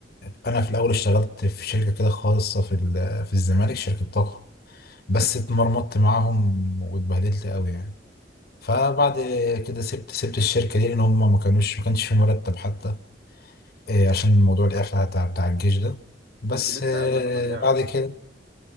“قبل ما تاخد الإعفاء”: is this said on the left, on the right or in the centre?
Right